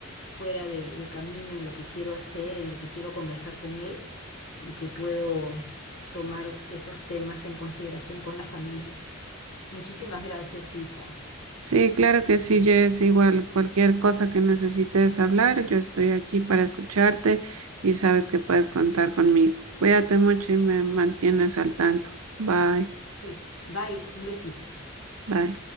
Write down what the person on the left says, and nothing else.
fuera de, de camino en lo que quiero hacer, en lo que quiero conversar con él y que puedo tomar esos temas en consideración con la familia. Muchísimas gracias, Isa.
Sí. Bye, un besito.